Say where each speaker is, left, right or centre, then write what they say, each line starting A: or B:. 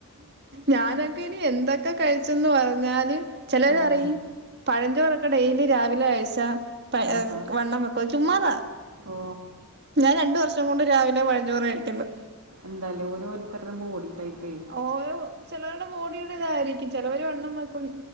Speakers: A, on the right; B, on the right.
A: ഞാനൊക്കെ ഇനി എന്തൊക്കെ കഴിച്ചെന്ന് പറഞ്ഞാലു. ചെലര്
B: ഉം.
A: പറയും. പഴഞ്ചോറൊക്കെ ഡെയിലി രാവിലെ കഴിച്ച. പഴെ
B: ആഹാ
A: വണ്ണംവെക്കും ചുമ്മാതാ.
B: ഓ
A: ഞാൻ രണ്ട് വർഷംകൊണ്ട് രാവിലെ പഴഞ്ചോറ് കഴിക്കിന്ന്.
B: എന്താല്ലേ ഓരോരുത്തരുടെ ബോഡി ടൈപ്പേ.
A: ഓരോ ചെലവര്ടെ ബോഡീടെ ഇതായിരിക്കും ചെലവര് വണ്ണം വെക്കും.